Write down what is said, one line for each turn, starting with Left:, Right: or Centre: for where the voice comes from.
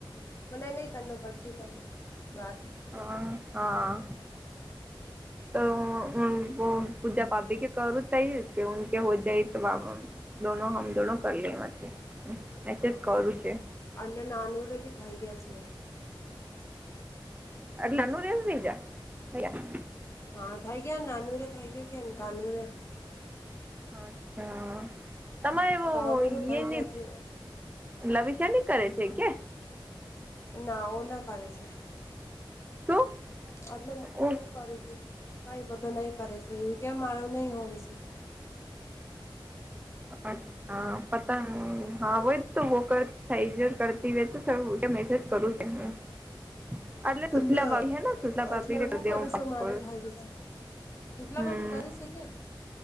Left: મને નહી કરનું પરચી તમને વાત.
Right: હ હા તો હમ્મ વો પૂજા ભાભી કે કરું તૈ કે કે હો જાય તો વાવ હમ્મ. દોનો હમ દોનો કર લેવા છે. મેસેજ
Left: હા
Right: કરું છે
Left: અલે નાનુર ભી થઈ ગયા છે.
Right: અરે નાનું ને થઈ ગયા થઈ ગયા.
Left: હા, થાય ગયા નાનું રે થાઈ ગયા કેન કાનુ રે.
Right: અચ્છા તમારે એવું
Left: કાનુરે થઈ
Right: યે ની
Left: ગયા છે.
Right: લવીશા ની કરે છે કે?
Left: ના ઓ ના કરે છે.
Right: શું?
Left: એટલે
Right: ઓ
Left: હું કરું છું કાંઈ બધું નહીં કરે છે એવું કેમ મારું નહીં હોવે છે.
Right: હ હા. હા પતા હા હોય તો વો થઈ ગયો કરતી હોય તો કે મેસેજ કરું છે હું. <inaudible> એટલે સુશલા
Left: ના.
Right: ભાભી હે ને સુશલા ભાભી
Left: એટલે
Right: ને
Left: હું
Right: કરી
Left: કરું
Right: દે
Left: સું,
Right: પાંચ
Left: મારે
Right: કોલ
Left: થઈ ગયું સે. <unintelligible>
Right: હમ
Left: ભાભી કરે સે કે?